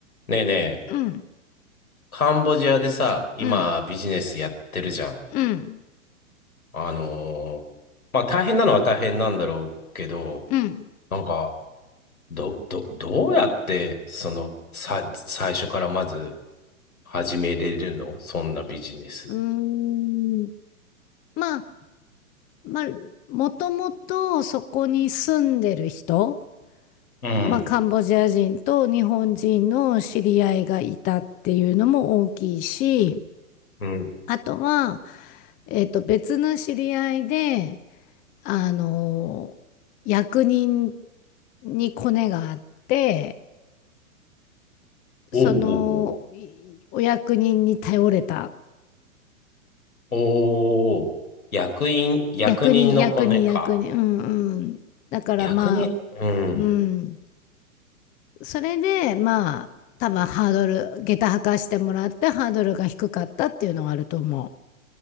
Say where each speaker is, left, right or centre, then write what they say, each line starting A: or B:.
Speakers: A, on the left; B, on the left.
A: ねえねえ、
B: うん、
A: カンボジアでさ、今ビジネスやってるじゃん。
B: うん、うん、
A: あのーまあ大変なのは大変なんだろうけど、
B: うん。
A: なんか、ど、ど、どうやって、その、さ、最初からまず始めれるのそんなビジネス。
B: うーん。まあ、まあ、もともとそこに住んでる人、
A: うん。
B: まあ、カンボジア人と日本人の知り合いがいたっていうのも大きいし、
A: うん。
B: あとは、えっと、別の知り合いで、あの、役人にコネがあって、その、
A: おうおう
B: いお役人に頼れた
A: おう。おー。役員、役人のコネか。
B: 役人、役人、役人。うんうん。だからまあ、
A: 役人、うん。
B: うん。それで、まあ、多分ハードル、下駄履かしてもらってハードルが低かったっていうのはあると思